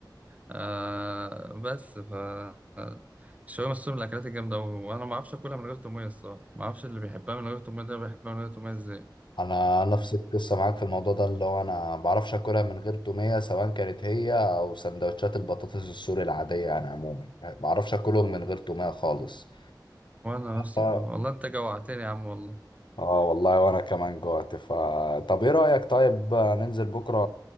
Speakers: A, on the right; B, on the left.
A: آه، بس ف آه، الشاورما السوري من الأكلات الجامدة أوي، وأنا ما أعرفش أكلها من غير تومية الصراحة ما أعرفش اللي بيحبها من غير تومية ده بيحبها من غير تومية إزاي
B: انا نفس القصة معاك في الموضوع ده اللي هو انا ما بعرفش اكلها من غير تومية سواء كانت هي او سندوتشات البطاطس السوري العادية يعني عموما ما بعرفش اكلهم من غير تومية خالص
A: وأنا نفسي
B: ف...
A: والله أنت جوعتني يا عم والله
B: اه والله وانا كمان جوعت ف طب ايه رأيك طيب ننزل بكرة